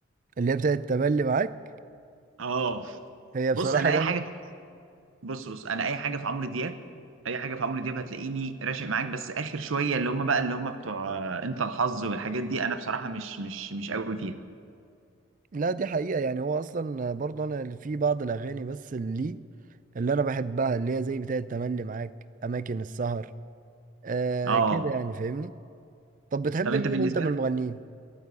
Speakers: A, on the right; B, on the right.
A: اللي هي بتاعت تملي معاك
B: اه
A: هي
B: بص
A: بصراحة
B: انا
A: جامدة
B: اي حاجه بص بص انا اي حاجه في عمرو دياب اي حاجه في عمرو دياب هتلاقيني راشق معاك بس اخر شويه اللي هم بقى اللي هم بتوع آه، انت الحظ والحاجات دي انا بصراحه مش مش مش قوي فيها
A: لا دي حقيقة يعني هو اصلا برضه انا اللي في بعض الاغاني بس اللي اللي انا بحبها اللي هي زي بتاعت تملي معاك اماكن السهر آه
B: اه
A: كده يعني فاهمني طب بتحب
B: طب انت
A: مين
B: بالنسبه
A: انت من المغنيين